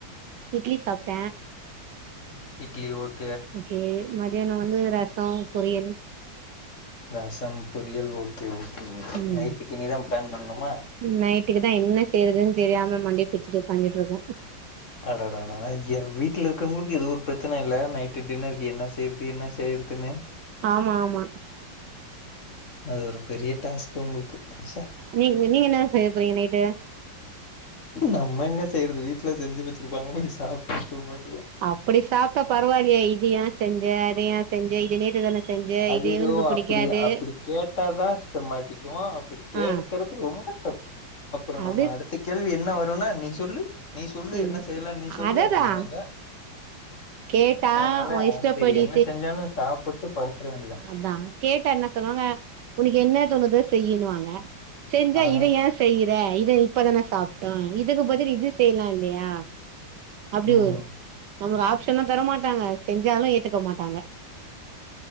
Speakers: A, on the right; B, on the left.
A: இட்லி சாப்ட்டே
B: சிட்லி ஓக்
A: ஓகே மதியானொ வந்து ரசொ பொரியல்
B: ரசம் பொரியல் ஓக்கே ஓக்கே ஓக்
A: ம்
B: நைட்டுக்கு இனிதான் பிளான் பண்ணுமா
A: நைட்டுக்கு தா என்ன செய்றதுனு தெரியாம மண்டய பிச்சுட்டு ஒக்காந்துட்ருக்கேம்
B: அடடாடடா ஏ வீட்ல இருக்கறவங்ளுக்கு இது ஒரு பிரச்சன இல்ல நைட்டு டின்னருக்கு என்ன செய்ற்து என்ன செய்றதுன்னு
A: ஆமா ஆமா
B: அது ஒரு பெரிய டாஸ்க் உங்குள்க்கு ச்சே
A: நீங் நீங்க என்ன செய்ய போறீங்க நைட்டு
B: நம்ம எங்க செய்றது வீட்ல செஞ்சு வச்சிருப்பாங்க போய் சாப்ட்டு தூங்கவேண்டியதா
A: அப்டி சாப்டா பரவாயில்லயே இது ஏ செஞ்ச அத ஏ செஞ்ச இது நேத்து தான செஞ்ச
B: அய்யயோ
A: இது இவனுக்கு பிடிக்காது
B: அப்டி அப்டி கேட்டாதா சிஸ்ட மாட்டிக்குவோ அப்டி கேட்க்கறது
A: ஆ
B: ரொம்பத் அப் அப்றொ
A: அப்டி
B: நம்ம அடுத்த கேள்வி என்ன வருன்னா நீ சொல்லு நீ சொல்லு
A: ம்
B: என்ன செய்லாம் நீ சொல்லு
A: அததா
B: அப்டினுவாங்க
A: கேட்டா
B: அதனால
A: உ இஷ்டப்படி
B: சரி என்ன செஞ்சாலும் சாப்புட்டு படுத்ர வேண்டிதான்
A: அதான் கேட்டா என்ன சொல்வாங்க உனக்கு என்ன தோணுதோ செய்யின்னுவாங்க செஞ்சா
B: ஆ.
A: இத ஏ செய்ற இத இப்பதான சாப்ட்டோ இதுக்கு பதில் இது செய்லா இல்லியா அப்டி
B: ம்.
A: ஒரு நமக்கு ஆப்ஷனு தரமாட்டாங்க செஞ்சாலும் ஏத்துக்க மாட்டாங்க